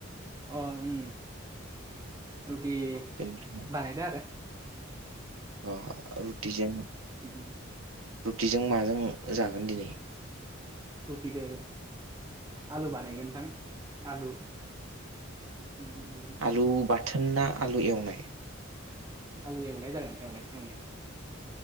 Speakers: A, on the right; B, on the right.
A: अ उम रुति
B: बिनफ्रा उम
A: बानायायदो आरोे
B: अ रुटिजों
A: उम, उम.
B: रुटिजों माजों जागोन दिनै।
A: रुटिदो आलु बानायगोनदां आलु उम उम उम ओमा
B: आलु बाथोना आलु एवनाय
A: आलु एवनाय जागोन एवनाय एवनाय।